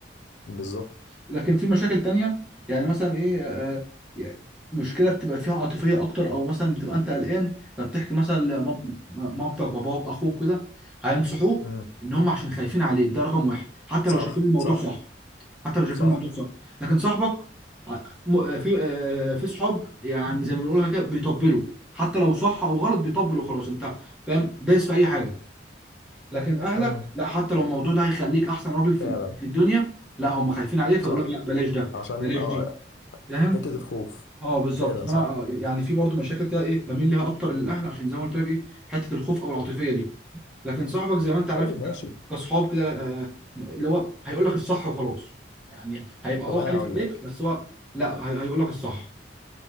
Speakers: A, on the left (about 75°); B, in the centre.
A: بالظبط
B: لكن في مشاكل تانية يعني مثلا ايه آه، يعني مشكلة بتبقى فيها عاطفية أكتر أو مثلا بتبقى أنت قلقان فبتحكي مثلا لمام- مامتك باباك أخوك كده هينصحوك
A: امم
B: إن هم عشان خايفين عليك ده رقم واحد حتى
A: صح
B: لو شايفين الموضوع
A: صح
B: صح حتى لو شايفين
A: صح
B: الموضوع صح لكن صاحبك ع- م- آه، في آه، في صحاب يعني زي ما بنقولها كده بيطبلوا حتى لو صح أو غلط بيطبلوا خلاص أنت فاهم دايس في أي حاجة لكن اهلك
A: امم
B: لا حتى لو الموضوع ده هيخليك احسن راجل في
A: فعلا
B: في الدنيا لا هم خايفين عليه فيقول
A: صح
B: لك لا بلاش ده
A: عشان
B: بلاش
A: اه
B: دي فاهم
A: حته الخوف
B: اه بالظبط
A: فعلا
B: فانا
A: صح
B: آه، يعني في برضو مشاكل كده ايه بميل ليها اكتر للاهل عشان زي ما قلت لك ايه حته الخوف او العاطفيه دي لكن صاحبك زي ما انت عارف
A: طيب ماشي
B: إحنا كصحاب كده آه، اللي هو هيقول لك الصح وخلاص يعني هيبقى
A: طب
B: اه
A: انا
B: خايف
A: هقول
B: عليك
A: لك
B: بس هو لا هي- هيقول لك الصح